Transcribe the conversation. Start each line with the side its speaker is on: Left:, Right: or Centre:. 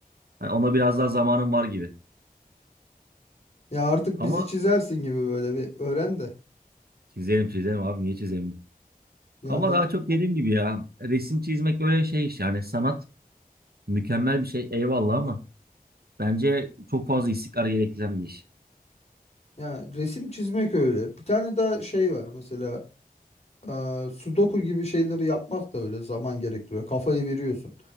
Right: Hani ona biraz daha zamanım var gibi.
Left: Ya artık
Right: Ama
Left: bizi çizersin gibi böyle bir öğren de.
Right: çizerim çizerim abi niye çizemeyim?
Left: Ya
Right: Ama
Left: de,
Right: daha çok dediğim gibi ya resim çizmek böyle şey iş yani sanat mükemmel bir şey eyvallah ama bence çok fazla istikrar gerektiren bir iş.
Left: ya resim çizmek öyle. Bir tane daha şey var mesela Eee, sudoku gibi şeyleri yapmak da öyle zaman gerektiriyor. Kafayı veriyorsun.